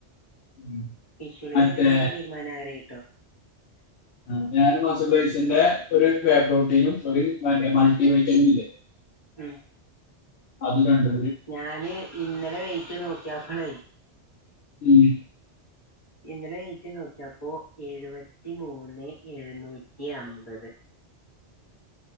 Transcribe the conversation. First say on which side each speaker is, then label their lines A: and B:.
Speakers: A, on the left; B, on the left.
A: ഉം.
B: വിഷുളി
A: മറ്റേ
B: ഏകദേശം തീരുമാനാകാറായിട്ടോ
A: ആ ഞാനും മാസ്റ്റർ ബ്ലൈസിന്റെ ഒരു പ്രേ
B: ഉം
A: പ്രോട്ടീനും ഒരു മറ്റേ മൾട്ടി <unintelligible>
B: ഉം
A: അത് കണ്ട്
B: ഞാന് ഇന്നലെ വൈ നോക്ക്യോക്കെണെ
A: ഉം.
B: പിന്നെ ന്നെലെണീറ്റ് നോക്ക്യപ്പോ എഴുവത്തി മൂന്ന് എഴ്ന്നൂറ്റി അമ്പത്